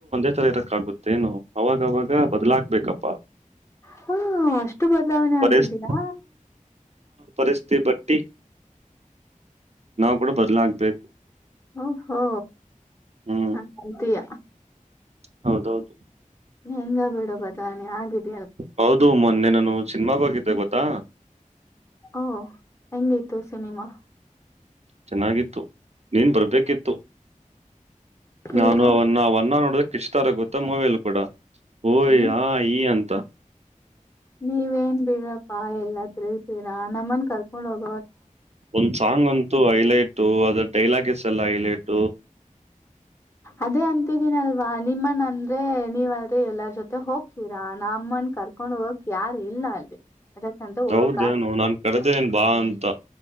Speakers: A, on the right; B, on the left.
A: ಹತ್ತರ ಇರಕ್ಕಾಗುತ್ತೇನು ಅವಾಗವಾಗ ಬದ್ಲಾಗ್ಬೇಕಪ್ಪಾ.
B: ಹಾ ಅಷ್ಟು ಬದಲಾವಣೆ
A: ಪರಿಸ್ಥಿತಿ
B: ಆಗಿದೀಯಾ
A: ಪರಿಸ್ಥಿತಿ ಭಟ್ ನಾವವು ಕೂಡ ಬದ್ಲಾಗಬೇಕು.
B: ಓ ಹೋ
A: ಹ್ಮ್
B: ಹ ಕಂತಯ.
A: ಹೌದೌದು.
B: ಹೆಂಗ ಬಿಡು ಬದಾನೆ ಆಗಿದ್ದ
A: ಹೌದು ಮೊನ್ನೆ ನಾನು ಸಿನಿಮಾಗ ಹೋಗಿದ್ದೆ ಗೊತ್ತಾ.
B: ಓ ಹೆಂಗತ್ತು ಸಿನಿಮಾ.
A: ಚೆನ್ನಾಗಿತ್ತು ನೀನ್ ಬರ್ಬೇಕಿತ್ತು. ನಾನು
B: ಇಲ್ಲ
A: ಅವನ್ನ ಅವನ್ನ ನೋಡದಕ್ ಇಷ್ಟ ತಾರ ಗೊತ್ತ ಮೂವಿಯಲ್ಲಿ ಕೂಡ. ಓಯ್
B: ಹ್ಮ್
A: ಹ ಈ ಅಂತ.
B: ನೀವೇನ್ ಬಿಡಪ್ಪಾ ಎಲ್ಲಾ ತಿರಿತೀರಾ ನಮ್ಮನ್ ಕರ್ಕೊಂಡ್ ಹೋಗ.
A: ಒಂದ್ ಸಾಂಗ್ ಅಂತೂ ಹೈಲೈಟ ಅದ್ರ ಡೈಲಾಗಸ್ ಎಲ್ಲ ಹೈಲೈಟ.
B: ಅದೇ ಅಂತಿದೀನಲ್ವಾ ನಿಮ್ಮನ ಅಂದ್ರೆ ನೀವಲ್ೆ ಎಲ್ಲರ ಜೊತೆ ಹೋಗ್ತೀರಾ. ಅಮ್ಮನ್ ಕರ್ಕೊಂಡ್ ಹೋಗಕ್ ಯಾರು ಇಲ್ಲ ಅಲ್ಲಿ. ಅದಕ್ಕಂತ ಹೋಗಕ್
A: ಹೌದೇನು
B: ಆಗ್
A: ನಾನ್ ಕಡದೇನ್ ಬಾ ಅಂತ.